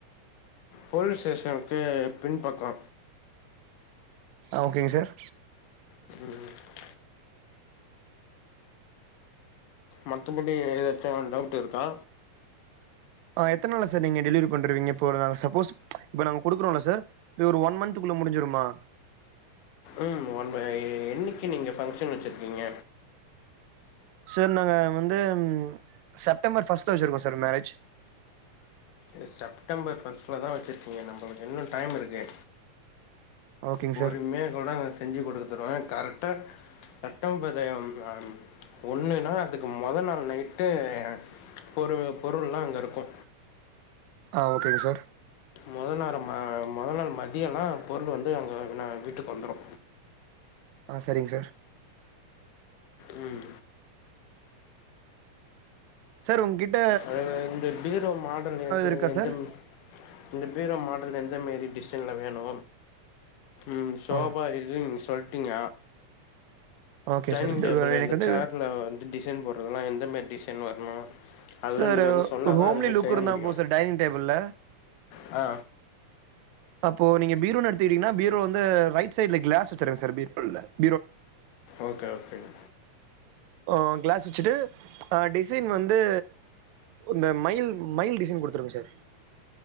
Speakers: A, on the left; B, on the right.
A: போலீஸ் ஸ்டேஷனுக்கு பின்பக்கொ
B: ஆ ஓகேங் சார்
A: ம் மத்தபடி எதாச்சு டவுட் இருக்கா
B: ஆ எத்தன் நாளா சார் நீங்க டெலிவரி பண்ருவீங்க இப்போ நா சப்போஸ் இப்போ நாங்க குடுக்குறோல சார் இது ஒரு ஒன் மந்த்துகுள்ள முடிஞ்சுருமா
A: ம் ஒன் என்னிக்கு நீங்க ஃபங்க்ஷன் வச்ர்க்கீங்க
B: சார் நாங்க வந்து செப்டம்பர் ஃபஸ்ட் வச்சுருக்கோம் சார் மேரேஜ்
A: இது செப்டம்பர் பர்ஸ்ட்லதா வச்சிருக்கீங்க நம்மளுக்கு இன்னும் டைம் இருக்கு
B: ஓகேங்
A: பொறுமையாக
B: சார்
A: கூட நா செஞ்சு குடுத்துருவேன் கரெக்டா சட்டம் <unintelligible> ஒண்ணுன்னா அதுக்கு மொ நாள் நைட்டு பொரு பொருள்ல்லாம் அங்க இருக்கு
B: ஆ ஓகேங்க சார்
A: மொத நேரம்ம மொதல் நாள் மதியல்லா பொருள் வந்து அங்கு நா வீட்டுக் வந்துரு
B: ஆ சரிங் சார்
A: ம்
B: சார் உங்க்கிட்ட
A: அதுல இந்த பீரோ மாடல் எந்த
B: இருக்கா
A: எந்த
B: சார்
A: இந்த பீரோ மாடல் எந்த மாரி டிசைன்ல வேணு ம் சோபா
B: ஆ
A: இதுன்னு நீங்க சொல்ட்டீங்க
B: ஓகே
A: டைனிங்
B: சார்
A: டேபிள்
B: எனக்கு
A: இந்த
B: வந்து
A: சேர்ல வந்து டிசைன் போட்றுதெல்லா எந்த மேரி டிசைன் வர்ணு அதலாம்
B: சார்
A: நீங்கள் வந்து சொன்னா
B: ஒரு
A: தா
B: ஹோம்லி
A: அதுமா
B: லுக்
A: செய்ய
B: இருந்தா
A: முடியும்
B: போது சார் டைனிங் டேபள்ல
A: ஆ
B: அப்போ நீங்க பீரோனு எடுத்துக்கிட்டீங்கன்னா பீரோ வந்து ரைட் சைட்ல கிளாஸ் வச்சருங்க சார் பீரோல
A: ஓகே ஓகேங்க
B: ஓ கிளாஸ் வச்சுட்டு அ டிசைன் வந்து ஒன்னு மைல் மைல் டிசைன் குடுத்துருங்க சார்